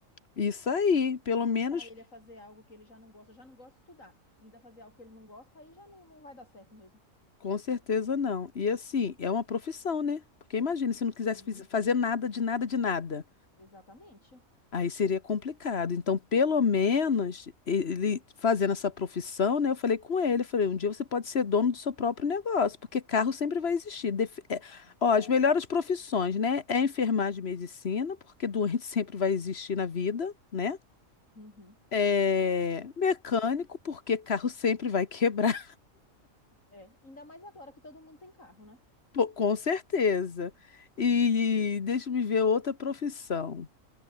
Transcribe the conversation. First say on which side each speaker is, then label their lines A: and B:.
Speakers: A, on the left; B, on the left.
A: isso aí. Pelo menos,
B: Forçar ele a fazer algo que ele já não gosta, já não gosta de estudar. Ainda fazer algo que ele não gosta, aí já não, não vai dar certo mesmo.
A: com certeza não. E assim, é uma profissão, né? Porque imagina se não quisesse
B: Sim,
A: fiz- fazer nada de nada de nada.
B: exatamente.
A: Aí seria complicado. Então, pelo menos, ele fazendo essa profissão, né? Eu falei com ele, eu falei, um dia você pode ser dono do seu próprio negócio, porque carro sempre vai existir. Def- é,
B: Ah,
A: ó,
B: com certeza.
A: as melhores profissões, né? É enfermagem e medicina, porque doente <laughs> sempre vai existir na vida, né?
B: Uhum.
A: É mecânico, porque carro <laughs> sempre vai quebrar,
B: É, ainda mais agora que todo mundo tem carro, né?
A: <laughs> pô, com certeza. E deixa eu me ver outra profissão.